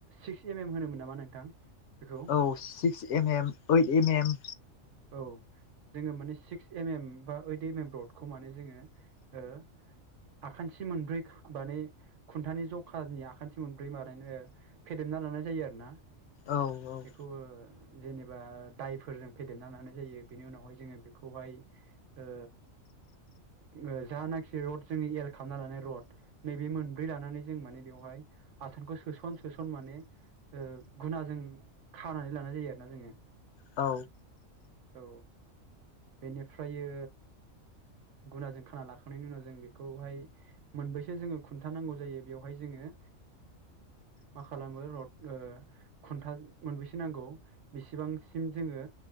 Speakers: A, on the right (about 65°); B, on the left (about 70°).
A: सिक्स एम एम होनोमोन नामा नोंथां? बेखौ
B: औ six M M eight M M.
A: औ। जोङो माने सिक्स एम एम बा ओइट एम एमरडखौ माने जोङो ओ आखान्थि मोनब्रै माने खुन्थानि जखानि आखान्थि मोनब्रै बानायो ओ फेदेमना लानाय जायो आरो ना
B: औ औ।
A: बेखौ ओ जेनेबा दायफोरजों फेदेरना लानाय जायो बेनि उनावहाय जोङो बेखौहाय ओ ओ जानाखि रड जोङो एल खालामना लानाय रड नैबे मोनब्रै लानानै जों माने बेवहाय आसानखौ सोसन सोसन माने ओ घुना जों खानानै लानाय जायो आरो ना जोङो।
B: औ
A: औ बेनिफ्रायो गुनाजों खाना लाखांनायनि उनाव जों बेखौहाय मोनब्रैसो जोङो खुन्थानांगौ जायो बेवहाय जोङो मा खालामो र'ड ओ खुन्था मोनबोसे नांगौ बेसेबांसिम जोङो